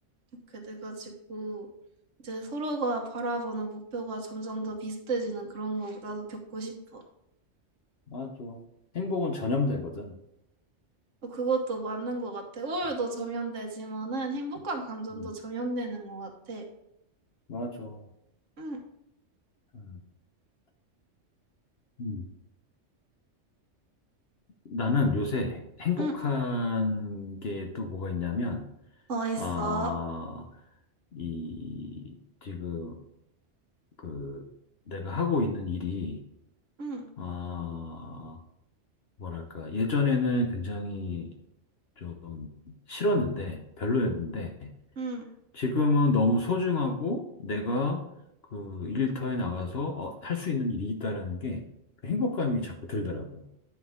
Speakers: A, on the right; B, on the left.
A: 이렇게 돼가지고 이제 서로가 바라보는 목표가 점점 더 비슷해지는 그런 거 나도 겪고 싶어.
B: 맞아. 행복은 전염되거든.
A: 어, 그것도 맞는 것 같아. 우울도 점연되지만은 행복한 감정도
B: 음,
A: 점연되는 것 같아.
B: 맞아.
A: 응,
B: 음, 음. 나는 요새 행복한
A: 응,
B: 게 또 뭐가 있냐면,
A: 어 했어.
B: 아, 이, 지금, 그, 내가 하고 있는 일이,
A: 응,
B: 아, 뭐랄까, 예전에는 굉장히 좀 싫었는데, 별로였는데,
A: 응,
B: 지금은 너무 소중하고 내가 그 일터에 나가서 어, 할수 있는 일이 있다라는 게그 행복감이 자꾸 들더라고요.